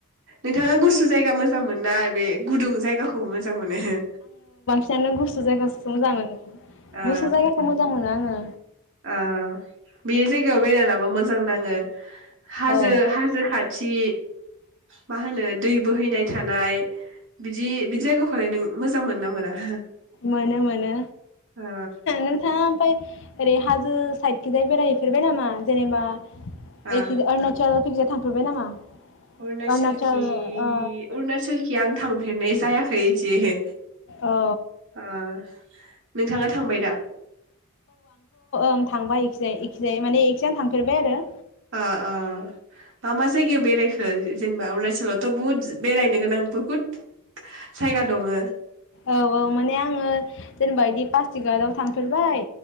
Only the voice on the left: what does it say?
फसेयानो गुसु जायगाखौसो मोजां मोनो
गुसु जायगाखौ मोजां मोनो आङो।
औ
मोनो मोनो
नोंथाङा ओमफाय ओरै हाजो साइडखिजाय बेरायहैफेरबाय नामा जेनेबा ओयखि
अरुणाचलखिजा थांफुरबाय नामा?
अरुणाचल ओ
औ
आं थांबाय इखिजाय इखिजाय माने इखिजाय आं थांफेरबाय आरो।
औ औ माने आङो जेनेबा बिदि पासिगाटआव थांफेरबाय।